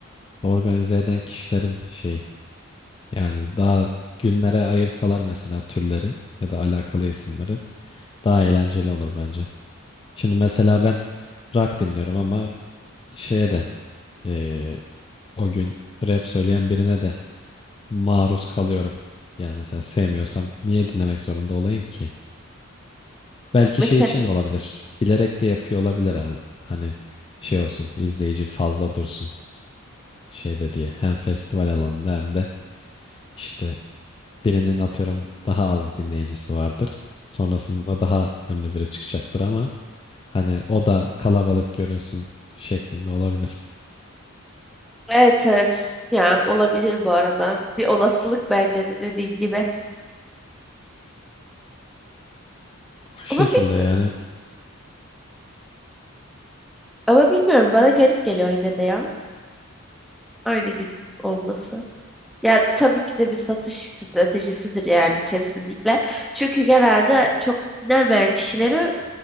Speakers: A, on the left; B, in the centre.
A: organize eden kişilerin şey yani daha günlere ayırsalar mesela türleri ya da alakalı isimleri daha eğlenceli olur bence. Şimdi mesela ben rock dinliyorum ama şeye de eee, o gün rap söyleyen birine de maruz kalıyorum. Yani mesela sevmiyorsam niye dinlemek zorunda olayım ki? Belki
B: Ya mesela
A: şey için de olabilir. Bilerek de yapıyor olabilir ha- hani şey olsun izleyici fazla dursun şeyde diye. Hem festival alanında hem de işte birinin atıyorum daha az dinleyicisi vardır. Sonrasında daha ünlü biri çıkacaktır ama hani o da kalabalık görünsün şeklinde olabilir.
B: Evet evet. Yani olabilir bu arada. Bir olasılık bence de dediğin gibi.
A: O şekilde
B: Ama bilmiyorum.
A: yani
B: Ama bilmiyorum. Bana garip geliyor yine de ya. Aynı gün olması. Ya tabii ki de bir satış stratejisidir yani kesinlikle. Çünkü genelde çok dinlenmeyen kişileri